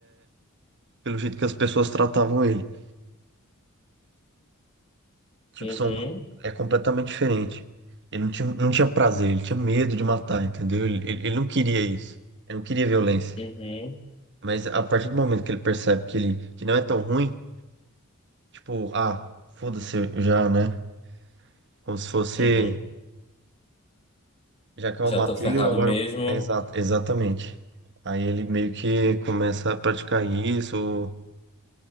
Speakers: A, on the right (about 55°); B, on the left (about 25°).
A: pelo jeito que as pessoas tratavam ele. Tipo,
B: Uhum,
A: são, é completamente diferente. Ele não tinha, não tinha prazer, ele tinha medo de matar, entendeu? Ele, ele, ele não queria isso. Ele não queria violência.
B: uhum,
A: Mas a partir do momento que ele percebe que ele que não é tão ruim, tipo, ah, foda-se eu já, né? Como se fosse,
B: uhum.
A: já que eu
B: Já
A: matei,
B: tô ferrado
A: eu agora.
B: mesmo.
A: É, exa- exatamente. Aí ele meio que começa a praticar isso,